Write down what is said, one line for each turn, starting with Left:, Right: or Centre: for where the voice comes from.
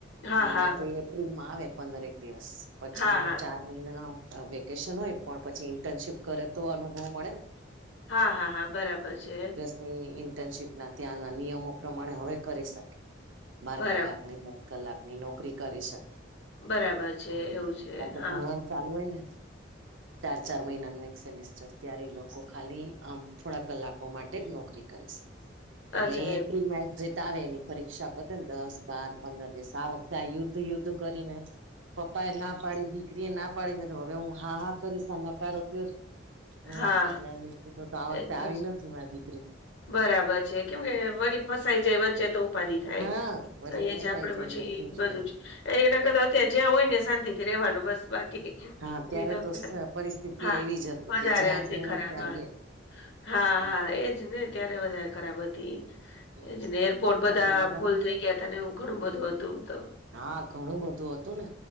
Left: હા,
Right: અને
Left: હા.
Right: નતો એપ્રિલ માં આવે. પંદર એક દિવસ પછીના
Left: હા, હા.
Right: ચાર મહિના વેકેશન હોય, પણ પછી ઇન્ટર્નશીપ કરે તો અનુભવ મળે ને
Left: હા હા હા બરાબર છે,
Right: ની ઇન્ટર્નશીપ ના ત્યાંના નિયમો પ્રમાણે હવે કરી શકે, બાર
Left: બરા
Right: કલાક દસ કલાકની નોકરી કરી શકે
Left: બરાબર છે
Right: <unintelligible>
Left: એવું છે. હા.
Right: ચાલુ હોય ને
Left: <inaudible>
Right: ચાર ચાર મહિનાનું એક સેમેિસ્ટર ત્યારે લોકો ખાલી આમ થોડા કલાકો માટે જ નોકરી કરશે. એટલે
Left: અચ્છા
Right: એ
Left: એમ.
Right: એપ્રીલ મા એક્ઝિટ આવે એની પરીક્ષા પતે ને દસ બાર પંદર દિવસ આ વખતે આ યુદ્ધ યુદ્ધ કરી ને પપ્પા એ ના પાડી દીકરી એ ના પાડી મેં તો હવે હું હા હા કરીશ નકારો થયો.
Left: હા.
Right: હમ્મ એટલે એ કીધ તો આ વખતે
Left: એ
Right: આવી
Left: જ.
Right: નથી મારી દીકરી,
Left: બરાબર છે કેમ કે વરી ફસાઈ જાય વચ્ચે તો. ઉપાધી થાય
Right: હા વરી ફસાઈ
Left: એ જ આપડે
Right: જાય
Left: પછી
Right: એવું થઈ
Left: બધું
Right: જાય એમ
Left: જ એના કરતા અત્યારે જ્યાં હોય ને શાંત થી ર રહેવાનું બસ બાકી.
Right: હા
Left: દીકરી
Right: ત્યારે
Left: નગર
Right: તો પરિસ્થિતિ
Left: હા
Right: એવી જ હતી
Left: વધારે
Right: કે જ્યાં જે હોય
Left: ખરાબ
Right: ત્યાં
Left: હ.
Right: રે
Left: હા
Right: હમ
Left: હા એજ ને ત્યારે વધારે ખરાબ હતી.
Right: હમ
Left: એજને એરપોર્ટ બધા
Right: બાકી મજામાં
Left: ફૂલ થઈ ગયા હતા ને એવું ઘણું બધું હતું તો.
Right: હા ઘણું બધું હતું ને.